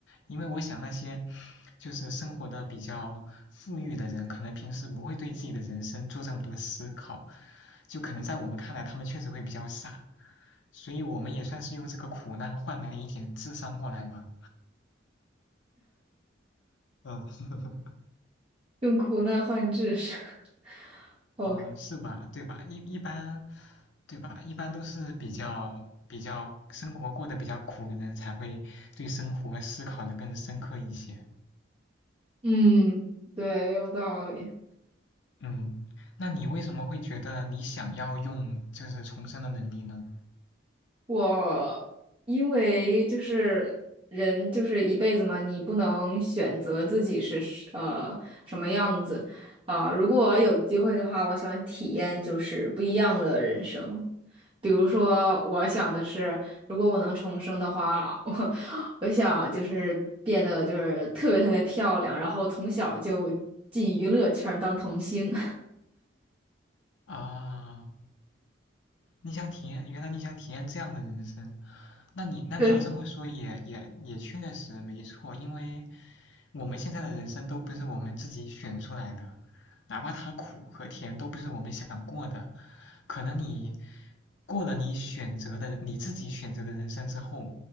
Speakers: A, on the left (about 70°); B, on the right (about 25°).
A: 因为我想那些就是生活的比较富裕的人，可能平时不会对自己的人生做这么多思考，就可能在我们看来，他们确实会比较傻，所以我们也算是用这个苦难换了一点智商过来吧。嗯 <laughs>
B: 用苦难换知识。<laughs> OK，
A: 嗯，是吧？对吧？一一般，对吧？一般都是比较比较生活过得比较苦的人，才会对生活思考的更深刻一些。
B: 嗯，对，有道理。
A: 嗯，那你为什么会觉得你想要用就是重生的能力呢？
B: 我因为就是人就是一辈子嘛，你不能选择自己是是呃什么样子啊，如果有机会的话，我想体验就是不一样的人生。比如说，我想的是，如果我能重生的话，<laughs> 我我想就是变得就是特别特别漂亮，然后从小就进娱乐圈儿当童星。
A: 啊，你想体验，原来你想体验这样的人生，那你那你要这么说也也也确实没错，
B: <laughs> 对，
A: 因为我们现在的人生都不是我们自己选出来的，哪怕它苦和甜都不是我们想过的，可能你过了你选择的你自己选择的人生之后，